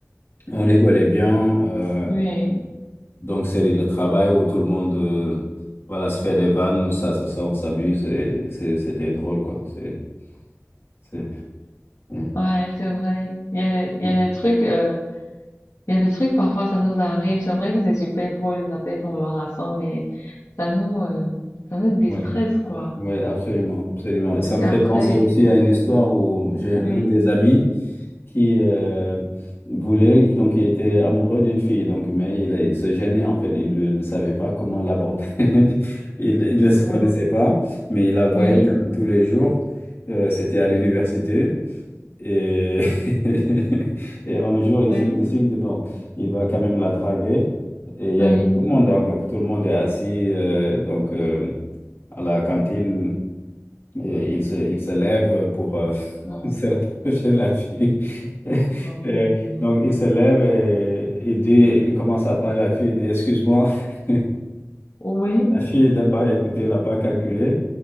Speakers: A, on the left; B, on the left.
A: on rigolait bien. euh,
B: Oui,
A: donc, c'est le travail où tout le monde euh, voilà, se fait des vannes, où ça, ça, ça, on s'amuse et c'est- c'était drôle, quoi. C'est, c'est, ouais,
B: ouais, c'est vrai. Il y a, il
A: ouais,
B: y a des trucs, euh, Il y a des trucs, parfois, ça nous arrive. C'est vrai que c'est super drôle et ça peut être embarrassant, mais ça nous, euh, ça nous déstresse,
A: ouais,
B: quoi.
A: ouais, absolument, absolument.
B: Parce
A: Ça
B: qu'après,
A: me fait penser aussi à une histoire où j'ai
B: oui,
A: un des amis. qui euh, voulait, donc il était amoureux d'une fille, donc, mais il, il se gênait en fait, il ne il savait pas comment l'aborder. <laughs> Il, il ne se
B: oh,
A: connaissait pas, mais il la voyait
B: oui,
A: quand même tous les jours. Euh, c'était à l'université et... <laughs> et un jour il
B: oui,
A: se décide, bon, il va quand même la draguer. Et il y
B: oui,
A: avait tout le monde, hein, donc tout le monde est assis euh, donc, euh, à la cantine et il se, il se lève euh, pour euh,
B: non,
A: <laughs> se rapprocher de la fille. <laughs>
B: oh,
A: Et
B: non, non,
A: donc, il se lève et il dit, il commence à parler à la fille, il dit, excuse-moi. <laughs>
B: Oh, oui,
A: La fille elle n'a pas écouté, elle n'a pas calculé.